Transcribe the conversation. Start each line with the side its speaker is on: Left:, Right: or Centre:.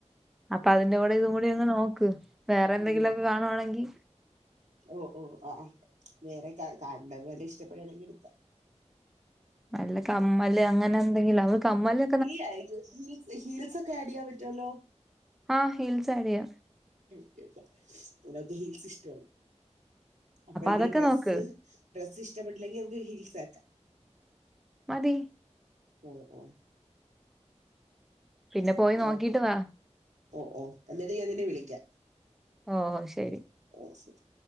Centre: അപ്പൊ അതിന്റെ കൂടെ ഇതും കൂടി ഒന്ന് നോക്ക് വേറെ എന്തെങ്കിലുമൊക്കെ
Right: ഉം
Centre: കാണുവാണെങ്കി
Right: ഓ ഓ ആ വേറെ ക കണ്ടതുവല്ലോം ഇഷ്ടപ്പെടുകയാണെങ്കിൽ എടുക്കാം
Centre: നല്ല കമ്മല് അങ്ങനെന്തെങ്കിലും അവക്ക് കമ്മല്
Right: ഈ <unintelligible> ഹീൽസൊക്കെ ആഡെയ്യാൻ പറ്റൊല്ലോ
Centre: ആ ഹീൽസ് ആഡ് ചെയ്യാം
Right: <unintelligible> അവക്ക് ഹീൽസ് ഇഷ്ടമാണ് അപ്പൊ ഇത്
Centre: അതൊക്കെ
Right: ഡ്രെസ്സ്
Centre: നോക്ക്
Right: ഡ്രെസ്സ് ഇഷ്ടപ്പെട്ടില്ലെങ്കി നമുക്ക് ഹീൽസ് ആക്കാം
Centre: മതി
Right: ഉം ഉം
Centre: പിന്നെ
Right: അപ്പൊ
Centre: പോയി നോക്കിട്ട് വാ
Right: ഓ ഓ എന്നിട്ട് ഞാൻ നിന്നെ വിളിക്കാം
Centre: ഓ ശരി
Right: ഓ ശരി